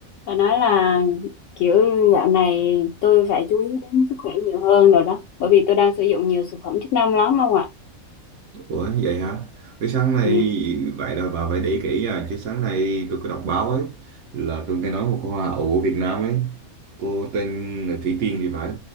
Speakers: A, on the left; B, on the right.
A: Phải nói là kiểu dạo này tôi phải chú ý đến sức khỏe nhiều hơn rồi đó. Bởi vì tôi đang sử dụng nhiều thực phẩm chức năng lắm không ạ?
B: Ủa vậy hả? Cái sáng nay
A: Ừ,
B: vậy là bà phải để ý kỹ nha. Chứ sáng nay tôi có đọc báo ấy là tôi nghe nói một cô hoa hậu ở Việt Nam ấy, cô tên là Thủy Tiên thì phải.